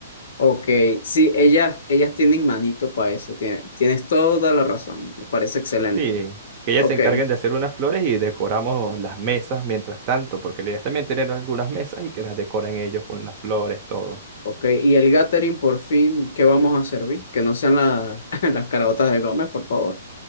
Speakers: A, on the left; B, on the right.
A: Ok, sí, ellas, ellas tienen manito para eso, tiene- tienes toda la razón, me parece excelente.
B: Sí, que ellas
A: Ok,
B: se encarguen de hacer unas flores y decoramos las mesas mientras tanto, porque la idea es también tener algunas mesas y que las decoren ellos con las flores, todo.
A: ok, y el gathering por fin, ¿qué vamos a servir? Que no sean la- <laughs> las caraotas de Gómez, por favor.